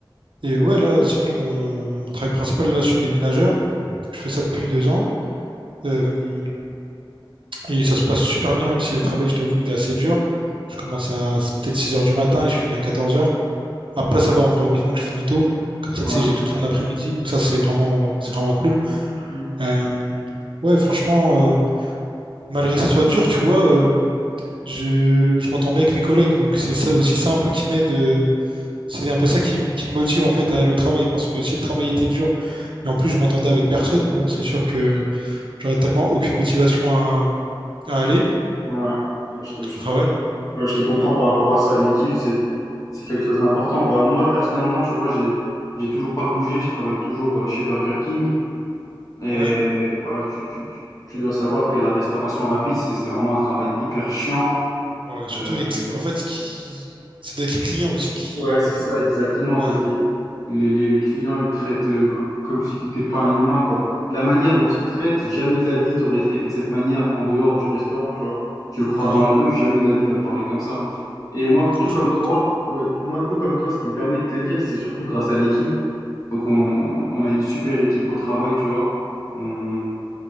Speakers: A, on the right; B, on the left.
A: Et ouais, là, sinon, mon, mon travail principal, là, je suis déménageur. Je fais ça depuis deux ans. Euh, et ça se passe super bien, même si le travail, je t'avoue, il est assez dur. Je commence à c'est peut-être 6 heures du matin et je finis à 14 heures. Après, ça va, en vrai, heureusement que je finis tôt. Comme ça,
B: Ouais.
A: tu sais, j'ai toute mon après-midi. Donc ça, c'est vraiment, c'est vraiment cool.
B: Mm.
A: Euh, ouais, franchement, euh, malgré que ça soit dur, tu vois, euh, je, je m'entends bien avec mes collègues. Donc c'est ça aussi ça un peu qui m'aide. euh, C'est un peu ça qui, qui me motive en fait à aller au travail parce que si le travail était dur et en plus je m'entendais avec personne, bon, c'est sûr que j'aurais tellement aucune motivation à, à aller
B: Ouais. Là, je te, je
A: au
B: te-
A: travail.
B: ouais, je te comprends par rapport à ça. L'équipe, c'est, c'est quelque chose d'important. Bah, moi, personnellement, tu vois, j'ai, j'ai toujours pas bougé. Je travaille toujours euh, chez Burger King. Et
A: Ouais,
B: voilà, tu, tu, tu, tu dois savoir que la restauration rapide, c'est, c'est vraiment un travail hyper chiant.
A: ouais. Surtout
B: Euh,
A: les cli- en fait, ce qui... ça doit être les clients aussi qui
B: Ouais, c'est
A: des fois.
B: ça, exactement. En
A: Ouais,
B: fait, les, les, les les clients, ils traitent euh, co- comme si tu n'étais pas un humain, quoi. La manière dont ils te traitent, jamais de la vie, tu aurais traité de cette manière en dehors du restaurant, tu vois. Tu le croises
A: ouais,
B: dans la rue, jamais de la vie, il va te parler comme ça. Et moi, tout
A: ouais,
B: comme
A: je m'en doute.
B: toi, ouais, moi, tout comme toi, ce qui me permet de tenir, c'est surtout grâce à l'équipe. Donc, on, on a une super équipe au travail, tu vois. On,